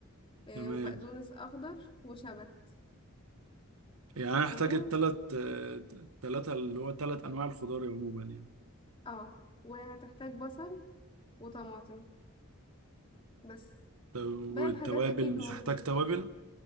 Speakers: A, on the left; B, on the right.
A: آه،
B: تمام
A: وبقدونس اخضر وشبت
B: يعني انا احتاج
A: تمام
B: التلات آه، التلاتة اللي هو تلات انواع الخضار عموما يعني
A: اه وهتحتاج بصل وطماطم بس
B: طب والتوابل
A: باقي الحاجات اكيد موجودة
B: مش هحتاج توابل